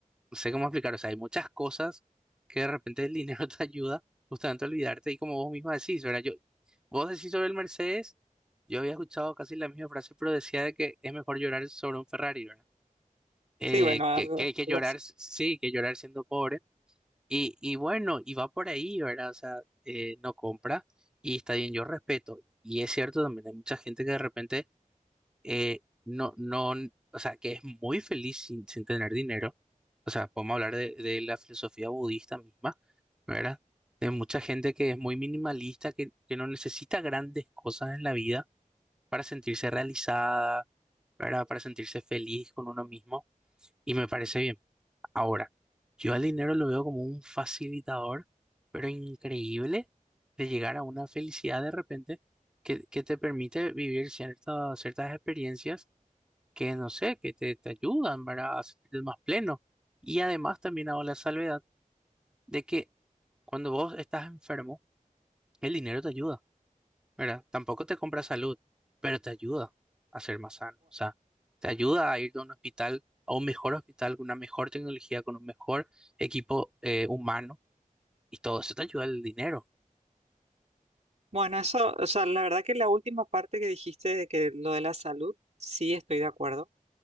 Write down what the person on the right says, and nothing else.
Sí, bueno, algo,
algo
así.
Bueno, eso, o sea, la verdad que la última parte que dijiste de que lo de la salud, sí estoy de acuerdo,